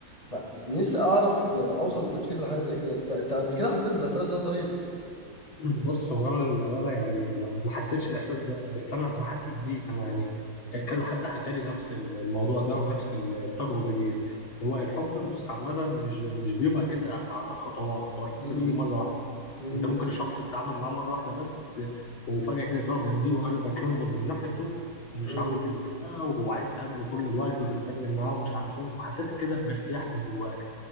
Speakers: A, on the left; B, on the left.
A: فنفسي اعرف يعني اوصل لتفسير لحاجه زي كده انت أنت قبل كده حسيت بالاحساس ده طيب
B: <clears throat> بص هو انا للامانه يعني ما ما حسيتش الاحساس ده بس انا انا حاسس بيه انا يعني ك- كذا حد حكى لي نفس الموضوع ده ونفس التجربه دي هو الحب بص عامه مش مش بيبقى كده على خطوات هو الحب
A: امم
B: ده بيجي مره واحده
A: امم
B: انت ممكن الشخص تتعامل معاه مره واحده بس وفجاه كده تعجب بيه وقلبك ينبض من ناحيته ومش
A: امم
B: عاوز تنساه وعايز تقابله كل الوقت وتتكلم معاه ومش عارف ايه وحسيت كده بارتياح من جواك